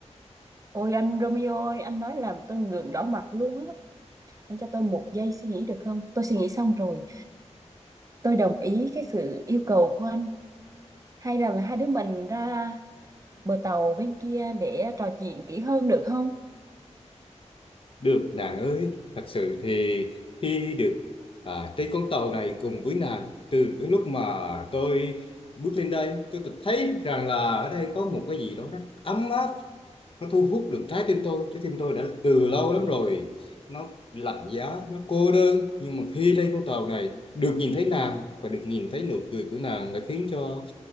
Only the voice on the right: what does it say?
Ôi anh Romeo ơi, anh nói làm tôi ngượng đỏ mặt luôn á. Anh cho tôi một giây suy nghĩ được không? Tôi suy nghĩ xong rồi, tôi đồng ý cái sự yêu cầu của anh. Hay là hai đứa mình ra bờ tàu bên kia để trò chuyện kỹ hơn được không?